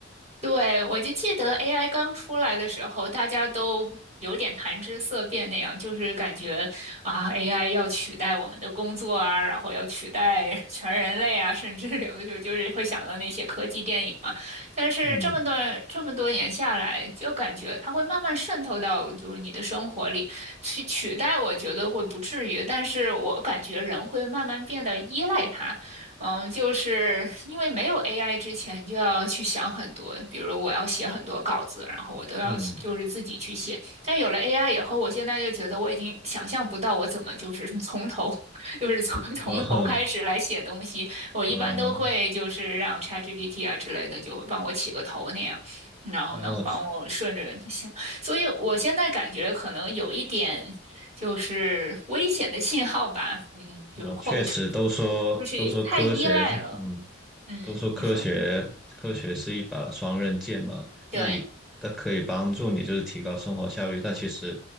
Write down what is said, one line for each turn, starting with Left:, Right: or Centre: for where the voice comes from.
Right: 对，我就记得 AI 刚出来的时候，大家都有点谈之色变那样，就是感觉啊，AI 要取代我们的工作啊，然后要取代 <laughs> 全人类啊，甚至有的时候就是会想到那些科技电影嘛。但是这么段这么多年下来，
Centre: 嗯
Right: 就感觉它会慢慢渗透到就是你的生活里去取代，我觉得会不至于，但是我感觉人会慢慢变得依赖它。嗯，就是因为没有 AI 之前，你就要去想很多，比如我要写很多稿子，然后我都要就是自己去写。
Centre: 嗯，
Right: 但有了 AI 以后，我现在就觉得我已经想象不到我怎么就是 <laughs> 从头，<laughs> 就是从 <laughs>
Centre: <laughs>
Right: 从头开始来写东西。我一般都会就是让
Centre: 嗯，
Right: ChatGPT 啊之类的，就会帮我起个头那样，然后能帮我顺着想。
Centre: 哦，
Right: 所以我现在感觉可能有一点。就是危险的信号吧，嗯，
Centre: 我确实都说都说科学，
Right: 就是 quote，就是太依赖了。
Centre: 嗯，
Right: 嗯，
Centre: 都说科学科学是一把双刃剑嘛，
Right: 你说对，
Centre: 那你它可以帮助你就是提高生活效率，但其实